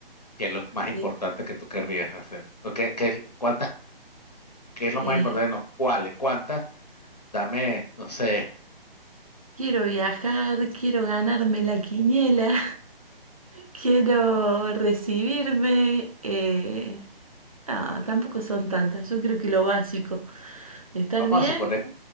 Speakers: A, on the left; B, on the right.
A: ¿Qué es lo más importante
B: De-
A: que tú querrías hacer? ¿O qué- qué- cuántas qué es lo
B: eh,
A: más importante, no, cuáles, cuántas, dame, no sé,
B: quiero viajar, quiero ganarme la quiniela. Quiero recibirme. eh, ah, tampoco son tantas. Yo creo que lo básico. Estar
A: vamos
B: bien,
A: a suponer,